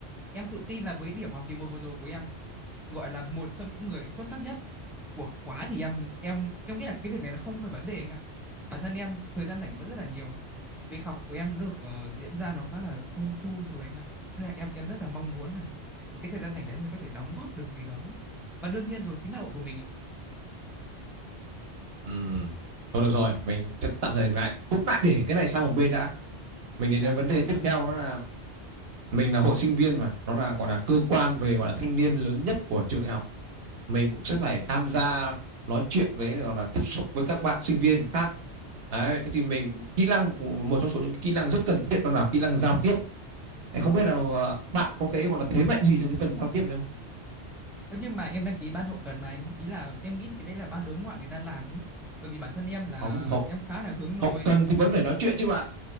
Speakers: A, in the centre; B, on the right.
A: Em tự tin là với điểm học kỳ một vừa rồi của em gọi là một trong những người xuất sắc nhất của khóa thì em em em nghĩ là cái việc này là không phải vấn đề anh ạ bản thân em thời gian rảnh vẫn rất là nhiều việc học của em được ờ, diễn ra nó khá là trơn tru rồi anh ạ nên là em em rất là mong muốn là cái thời gian rảnh đấy mình có thể đóng góp được gì đó và đương nhiên rồi chính là hậu của mình ạ
B: ừ. thôi được rồi mình chắc tạm thời lại cũng lại để cái này sang một bên đã mình đến
A: dạ
B: đến vấn đề tiếp
A: vâng
B: theo
A: ạ
B: đó là mình là hội sinh viên mà nó là gọi là cơ quan về gọi là thanh niên lớn nhất của trường đại học mình cũng sẽ phải tham gia nói chuyện với hoặc là tiếp xúc với các bạn sinh viên khác Đấy, thế thì mình kỹ năng một trong số những kỹ năng rất cần thiết đó là kỹ năng giao tiếp không biết là ờ, bạn có cái gọi là thế mạnh gì trong cái phần giao tiếp này không?
A: Ơ, nhưng mà em đăng ký ban hậu cần mà anh ý là em nghĩ thì cái đấy là ban đối ngoại người ta làm chứ bởi vì bản thân em là
B: Không, hậu
A: em khá là hướng nội
B: hậu cần thì vẫn phải nói chuyện chứ bạn.